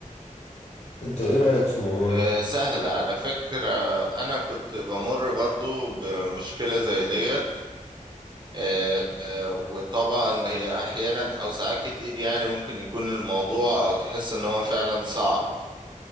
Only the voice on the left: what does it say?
انت ايه رأيك في الموضوع
ده